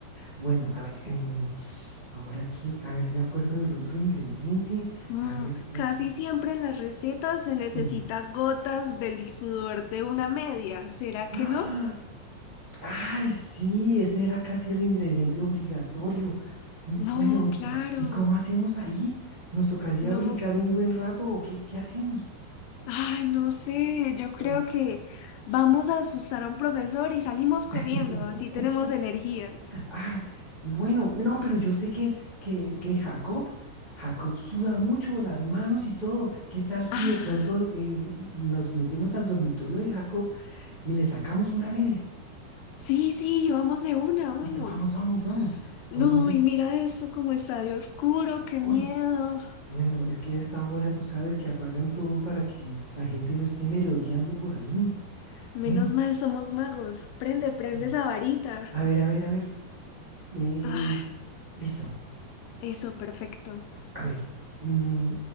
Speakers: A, on the right; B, on the left.
A: Bueno, a ver, em, ahora aquí, a ver, me acuerdo del otro ingrediente.
B: mm,
A: A ver, es-
B: casi siempre en las recetas se necesita
A: sí.
B: gotas del sudor de una media. ¿Será
A: <gasps>
B: que no?
A: Ay, sí, ese era casi el ingrediente obligatorio. Mm,
B: No,
A: Bueno, ¿y c-
B: claro,
A: y cómo hacemos ahí? ¿Nos tocaría
B: no.
A: brincar un buen rato o qué, qué hacemos?
B: Ay, no sé, yo creo
A: Lol.
B: que vamos a asustar a un profesor y salimos corriendo,
A: <laughs>
B: así tenemos energías.
A: Ah, bueno, no, pero yo sé que, que, que Jacob, Jacob suda mucho las manos y todo. ¿Qué tal si
B: Ah.
A: de pronto eh, nos metemos al dormitorio de Jacob y le sacamos una media?
B: Sí, sí, vamos de una, vamos.
A: Listo, vamos, vamos, vamos. ¿Por
B: No,
A: dónde?
B: y mira esto como está de oscuro, qué
A: Uy,
B: miedo.
A: Bueno, es que a esta hora tú sabes que apagan todo para que la gente no esté merodeando por ahí.
B: Menos
A: Bueno,
B: mal somos magos. Prende,
A: sí.
B: prende esa varita.
A: A ver, a ver, a ver. Eh,
B: Ah,
A: listo.
B: eso, perfecto.
A: A ver. mm,